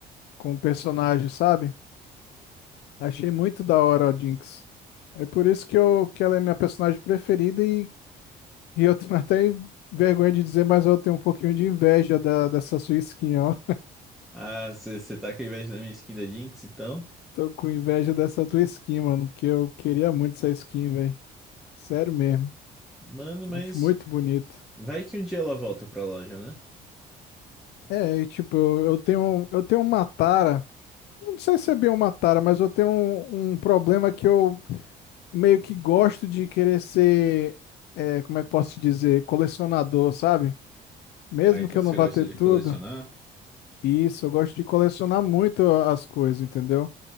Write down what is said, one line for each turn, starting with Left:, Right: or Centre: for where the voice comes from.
Left: com o personagem, sabe? Achei muito da hora a Jinx. É por isso que, eu, que ela é minha personagem preferida e, e eu tenho até vergonha de dizer, mas eu tenho um pouquinho de inveja da, dessa sua skin, ó.
Centre: Ah, você você tá com inveja da minha skin da Jinx, então?
Left: Tô com inveja dessa tua skin, mano, porque eu queria muito essa skin, velho. Sério mesmo.
Centre: Mano, mas
Left: Acho muito bonito.
Centre: vai que um dia ela volta pra loja, né?
Left: É, e, tipo, eu, eu tenho eu tenho uma tara. Não sei se é bem uma tara, mas eu tenho um, um problema que eu meio que gosto de querer ser, é, como é que posso te dizer, colecionador, sabe? Mesmo
Centre: Ah, então
Left: que eu
Centre: você
Left: não vá
Centre: gosta
Left: ter
Centre: de
Left: tudo.
Centre: colecionar?
Left: Isso, eu gosto de colecionar muito as coisas, entendeu?